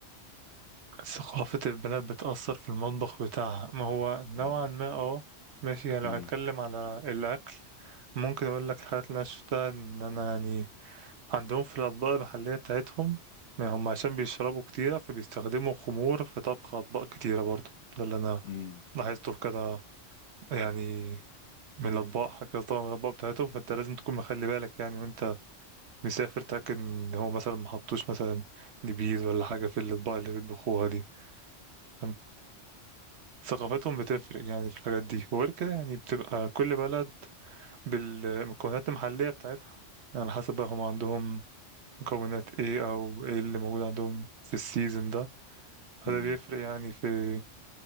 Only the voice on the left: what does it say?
مم.
مم.
مم.
مم.